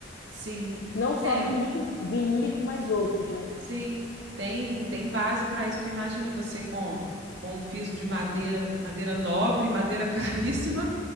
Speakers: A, on the right; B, on the left.
A: sim.
B: Não só
A: É,
B: vinílico, vinílico, mas outros, né?
A: sim. Tem, tem base para isso, que imagina você com com um piso de madeira, madeira nobre, madeira <laughs> caríssima,